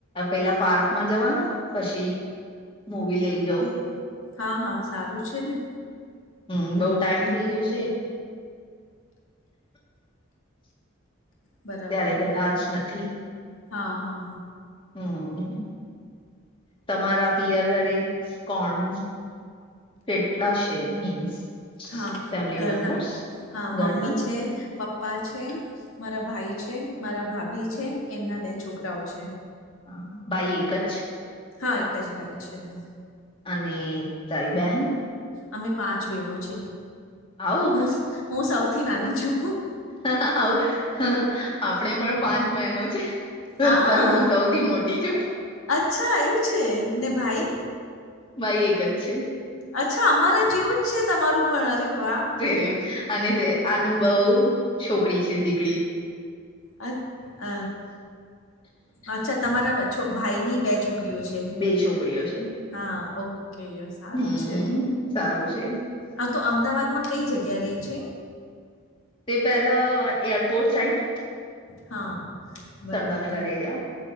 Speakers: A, on the left; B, on the left.
A: પેલા પાર્કમાં જવાના પછી મુવી લઈ જાઉં.
B: હા હા સારું છે ને.
A: હમ બઉુ ટાઈમ થઇ ગયું છે.
B: બરાબર,
A: ત્યારે ગયા જ નથી
B: હા હા.
A: હમ તમારા પિયર ઘરે કોણ? કેટલા છે મીન્સ?
B: હા
A: ફેમિલી
B: ઘરના,
A: મેમ્બર્સ
B: હા
A: ઘરના
B: મમ્મી છે. પપ્પા છે, મારા ભાઈ છે, મારા ભાભી છે એમના બે છોકરાઓ છે.
A: હ બાઈ એક જ?
B: હા એક જ ભાઈ છે હા.
A: અને તાઈબહેન?
B: અમે પાંચ બહેનો છે,
A: આવું
B: હું હું સૌથી નાની છું.
A: હ આપણે પણ પાંચ મેહેનો છે.
B: હા
A: પર હું સૌથી મોટી છું.
B: અચ્છા છે ને ભાઈ?
A: ભઈ એક જ છે.
B: અચ્છા અમારા જેવું. છે તમારું પણ. વાહ
A: જેમ અને તે આનું બહ છોકરી છે દી.
B: અ હ અચ્છા તમારા ભાઈની બે છોકરીઓ છે.
A: બે છોકરીઓ છે.
B: હા ઓકે સારું
A: હમ
B: છે,
A: સારું છે
B: આ તો અમદાવાદમાં કઈ જગ્યા રહી છે?
A: તે પહેલા એરપોર્ટ સાઈટ.
B: હા. બરાબર
A: સરદા નગર એડ્યા.